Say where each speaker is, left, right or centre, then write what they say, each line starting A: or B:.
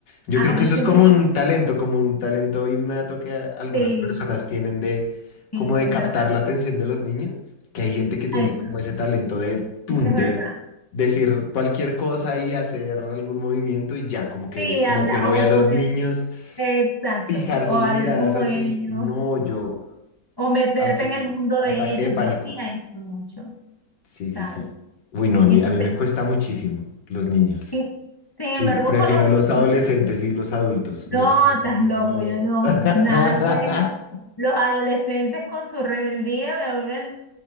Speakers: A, on the left; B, on the left.
A: Yo
B: a
A: creo que
B: veces
A: eso es como
B: yo me...
A: un talento, como un talento innato que a- algunas
B: Sí,
A: personas tienen de
B: sí,
A: como de
B: es
A: captar
B: verdad.
A: la atención de los niños, que hay gente que tiene
B: Eso,
A: como ese talento de, tun,
B: eso es verdad.
A: de decir cualquier cosa y hacer algún movimiento y ya, como que,
B: Sí,
A: como
B: habla
A: que uno
B: o
A: ve a los
B: poner...
A: niños
B: Exacto,
A: fijar
B: o
A: sus
B: hablar
A: miradas
B: como
A: así,
B: ellos,
A: no, yo,
B: o meterte
A: así,
B: en el mundo
A: ataque
B: de ellos.
A: de pánico.
B: Yo hacía eso mucho,
A: Sí, sí,
B: ¿sabes?
A: sí. Uy, no, a
B: Entonces,
A: mí, a mí me cuesta muchísimo los niños.
B: sí, sin embargo,
A: Sí, prefiero
B: con los...
A: los adolescentes y los adultos,
B: No,
A: mucho, mucho,
B: estás
A: mucho
B: loco,
A: mejor.
B: yo no,
A: <laughs>
B: nada que ver. Los adolescentes con su rebeldía me vuelven loca.